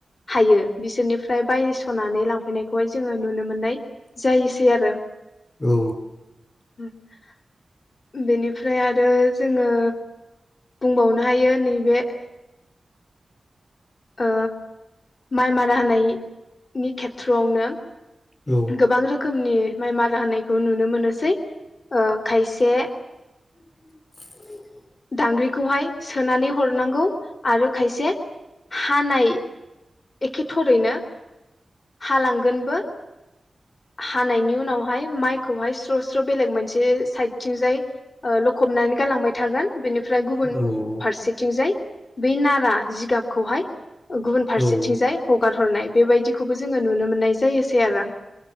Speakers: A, on the left; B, on the left.
A: हायो बिसोरनिफ्राय बायस'नानै लांफैनायखौहाय जोङो नुनो मोननाय जायोसै आरो
B: औ
A: <inaudible> बेनिफ्राय आरो जोङो बुंबावनो हायो नैबे ओ माइ मारा होनायनि खेथ्रआवनो
B: औ
A: गोबां रोखोमनि माइ मारा होनायखौ नुनो मोनोसै ओ खायसे
B: <inaudible>
A: दांग्रिखौहाय सोनानै हरनांगौ आरो खायसे हानाय एखे थरैनो हालांगोनबो <inaudible> हानायनि उनावहाय माइखौहाय स्र' स्र' बेलेग मोनसे साइदथिंजाय लखबनानै गालांबाय थागोन। बेनिफ्राय गुबुन
B: औ
A: फारसेथिंजाय बेै नारा जिगाबखौहाय गुबुन फारसेथिंजाय
B: औ
A: हगार हरनाय बेबायदिखौबो जोङो नुनो मोननाय जायोसै आराम